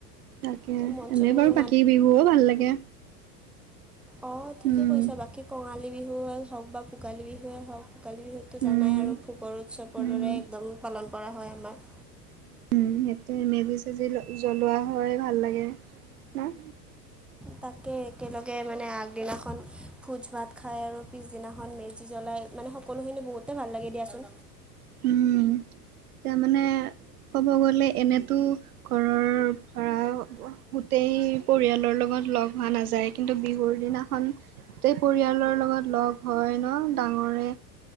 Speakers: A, on the right (about 65°); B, in the centre.
A: তাকে,
B: তো মঞ্চ
A: এনেই
B: বিহু
A: বাৰু বাকী বিহুও ভাল লাগে।
B: অ', ঠিকেই
A: উম
B: কৈছা, বাকী কঙালী বিহুৱেই হওক বা ভোগালী বিহুৱেই হওক ভোগালী বিহুতো জানাই
A: উম
B: আৰু ভোগৰ উৎসৱৰ
A: উম
B: দৰে একদম পালন কৰা হয় আমাৰ।
A: সেইটো, মেজি-চেজি জ্বলোৱা হয় ভাল লাগে ন।
B: তাকে একেলগে মানে আগদিনাখন ভোজ ভাত খায় আৰু পিছদিনাখন মেজি জ্বলাই। মানে সকলোখিনি বহুতেই ভাল লাগে দিয়াচোন।
A: উম, তাৰ মানে ক'ব গ'লে এনেতো ঘৰৰ পাৰা গোটেই পৰিয়ালৰ লগত লগ হোৱা নাযায়। কিন্তু বিহুৰ দিনাখন গোটেই পৰিয়ালৰ লগত লগ হয় ন, ডাঙৰে